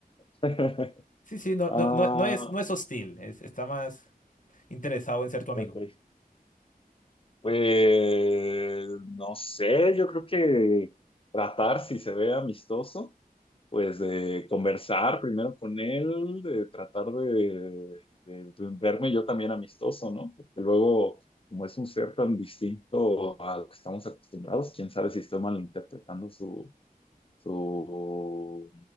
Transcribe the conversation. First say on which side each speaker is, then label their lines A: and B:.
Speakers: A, on the left (about 35°); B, on the left (about 55°).
A: <laughs>
B: Sí, sí, no,
A: Ah,
B: no, no, no es, no es hostil, es- está más interesado en ser tu
A: ok.
B: amigo.
A: Pues no sé, yo creo que tratar, si se ve amistoso, pues de conversar primero con él, de tratar de, de- de verme yo también amistoso, ¿no? Porque luego, como es un ser tan distinto a lo que estamos acostumbrados, quién sabe si estoy malinterpretando su, su,